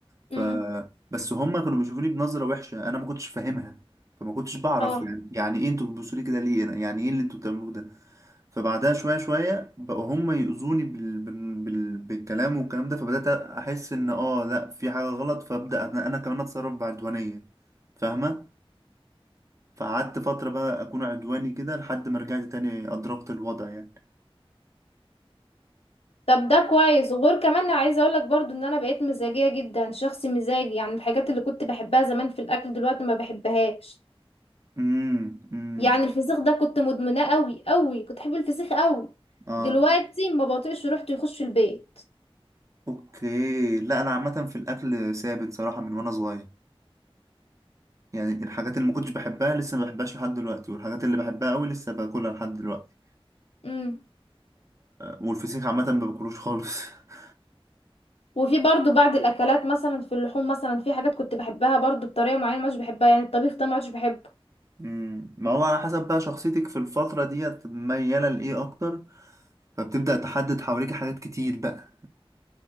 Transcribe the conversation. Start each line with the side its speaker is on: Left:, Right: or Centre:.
Right: ف
Left: امم
Right: بس هما كانوا بيشوفوني بنظرة وحشة أنا ما كنتش فاهمها فما كنتش بعرف
Left: اه
Right: يعني يعني إيه أنتوا بتبصوا لي كده ليه أنا يعني إيه اللي أنتوا بتعملوه ده فبعدها شوية شوية بقوا هما يؤذوني بال... بال... بال... بالكلام والكلام ده فبدأت أحس إن آه لأ في حاجة غلط فأبدأ أنا أنا كمان أتصرف بعدوانية فاهمة فقعدت فترة بقى أكون عدواني كده لحد ما رجعت تاني أدركت الوضع يعني
Left: طب ده كويس وغير كمان عايزه اقول لك برضو ان انا بقيت مزاجيه جدا شخص مزاجي يعني الحاجات اللي كنت بحبها زمان في الاكل دلوقتي ما بحبهاش
Right: امم امم
Left: يعني الفسيخ ده كنت مدمناه قوي قوي كنت بحب الفسيخ قوي
Right: اه
Left: دلوقتي ما بطيقش ريحته يخش في البيت
Right: اوكي لا أنا عامة في الأكل ثابت صراحة من وأنا صغير يعني الحاجات اللي ما كنتش بحبها لسه ما بحبهاش لحد دلوقتي والحاجات اللي بحبها قوي لسه باكلها لحد دلوقتي
Left: امم
Right: والفسيخ عامة ما باكلوش خالص <laughs>
Left: وفي برضو بعض الاكلات مثلا في اللحوم مثلا في حاجات كنت بحبها برضو بطريقه معينه مش بحبها يعني الطبيخ ده ما عادش بحبه
Right: امم ما هو على حسب بقى شخصيتك في الفترة ديت ميالة لإيه أكتر فبتبدأ تحدد حواليك حاجات كتير بقى